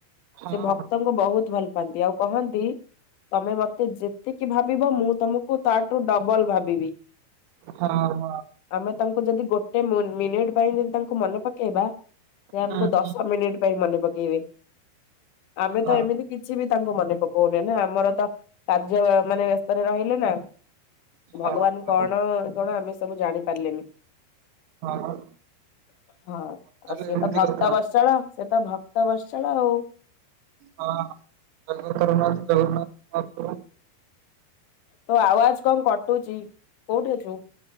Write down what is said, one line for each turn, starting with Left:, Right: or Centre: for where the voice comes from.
Right: ହଁ
Left: ସେ ଭକ୍ତଙ୍କୁ
Right: ହଁ
Left: ବହୁତ୍ ଭଲ ପାଆନ୍ତି ଆଉ କହନ୍ତି ତମେ ମତେ ଯେତିକି ଭାବିବ ମୁଁ ତମକୁ ତାଠୁ ଡବଲ ଭାବିବି।
Right: ହଁ ହଁ।
Left: ଆମେ ତାଙ୍କୁ ଯଦି ଗୋଟେ ମି ମିନିଟ୍ ପାଇଁ ଯଦି ତାଙ୍କୁ ମନେ ପକେଇବା ସେ ଆମକୁ
Right: ହଁ।
Left: ଦଶ ମିନିଟ୍ ପାଇଁ ମନେ ପକେଇବେ। ଆମେ
Right: ହଁ
Left: ତ
Right: ହଁ
Left: ଏମିତି କିଛି ବି ତାଙ୍କୁ ମନେ ପକଉନି ନା ଆମର ତ କାର୍ଯ୍ୟ ମା ମାନେ ବ୍ୟସ୍ତରେ ରହିଲେ ନା।
Right: ହଁ
Left: ଭଗବାନ
Right: ହଁ
Left: କଣ କଣ ଆମେ ସବୁ ଜାଣି ପାରିଲେନି।
Right: ହଁ।
Left: ହଁ
Right: ତାହେଲେ
Left: ଆଉ ସିଏ
Right: ଏମିତି
Left: ତ ଭକ୍ତ
Right: କଥା
Left: ବର୍ଷଳ। ସେ ତ ଭକ୍ତ ବର୍ଷଳ ଆଉ।
Right: ହଁ ଜଗତର ନାଥ ଜଗନ୍ନାଥ। ଅ <unintelligible>
Left: ତୋ ଆୱାଜ କଣ କଟୁଚି କୋଉଠି ଅଛୁ?